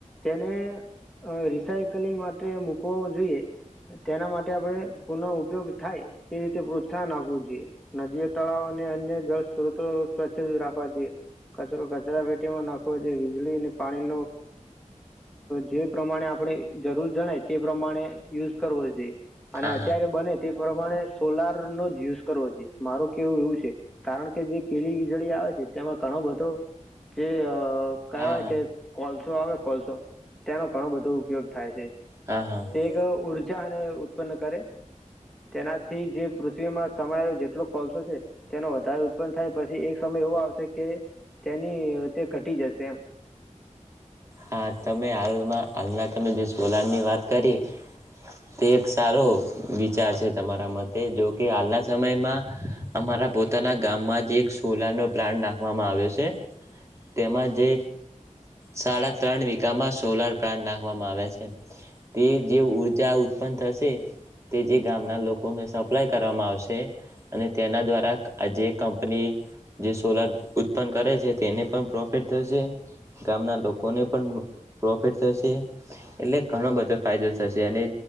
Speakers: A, in the centre; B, on the right.
A: તેને હ રિસાઈકલીગ મા મકું જોઈએ તેના માટે આપણે પુનઃ ઉપયોગ થાય તે રીતે પ્રોત્સાહન આપવું જોઈએ નદીએ તળાવ અને અન્ય જળ સ્ સ્વચ્છ રાખવા જોઈએ કચરો કચરા નાખ જો વીજળી અને પાણીનો જે પ્રમાણે આપણે જરૂર જણાય તે પ્રમાણે યુઝ કરવો જોઈએ. અને
B: હા હા
A: અત્યારે બને તે પ્રમાણે સોલાર નો જ યુઝ કરવો જોઈએ મારું કેવું એવું છે કારણ કે જે પેલી વીજળી આવે છે તેમાં ઘણો બધો જે કહેવાય
B: હા હા
A: કે કોલસો આવે કોલસો તેનો ઘણો બધો ઉપયોગ થાય છે
B: હા હા
A: તે એક ઉર્જા અને ઉત્પન્ન કરે તેનાથી જે પૃથ્વીમાં સમય જેટલો કોલસો છે તેનો વધારે ઉત્પન્ન થાય પછી એક સમય એવો આવશે કે એની તે ઘટી જશે એમ
B: હા તમે હાલમાં હાલના તમે જે સોલારની વાત કરી તે એક સારો વિચાર છે તમારા મતે જોકે હાલના સમયમાં અમારા પોતાના ગામમાં જ એક સોલારનોો પ્લાન્ટ નાખવામાં આવ્યો છે તેમાં જે શળા ત્રણ વીકાામાં સોલાર પ્લાન્ટ નાખવામાં આવે છે તે જે ઉઊર્જા ઉત્પન્ન થશે તે જે ગામના લોકોને સપ્લાય કરવામાં આવશે અને તેના દ્વારા આ જે કંપની જે સોલાર ઉત્પન્ન કરે છે તેને પણ પ્રોફિટ થશે ગામના ડ કોને પણ પ્રોફિટ થશે એટલે ઘણો બધો ફાયદો થશે અને